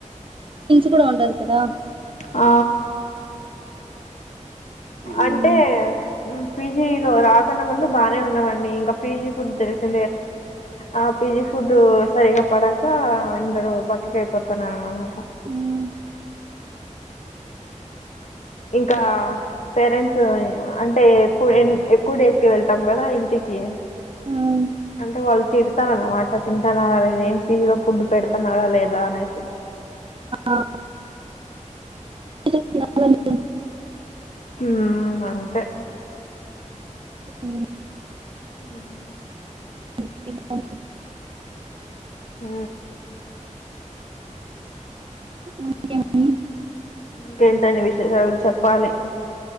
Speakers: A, on the right; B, on the left.
A: డ ఉండదుకుదా
B: ఆ
A: మ్మ్
B: అంటే పీజీలో రాకుడా ముందు బానే ఉన్నావండి ఇంకా పీజీ ఫుడ్ తెలిసి ఆ పిజ ఫుడ్ సరిగా పడక అందరు బకకి అయిపోతన అన్నమాట
A: మ్మ్
B: ఇంకా పేరెంట్స్ అంటే ఎక్కు ఎక్కువ డేస్ కి వెళ్తాం కదా ఇంటికి
A: మ్మ్
B: అంటే వల్ తిడతననిడి వాటర్ తింటన్నారా లేదా ఏం ఫీజ లో ఫుడ్ పెడతున్నారా లేదా అనేసి
A: ఆ తినాలని.
B: హ అంతే
A: ఉ
B: ఉ
A: చెప్పండి.
B: హ
A: <unintelligible>
B: ఇంకేంటండి విశేషాలు చెప్పాలి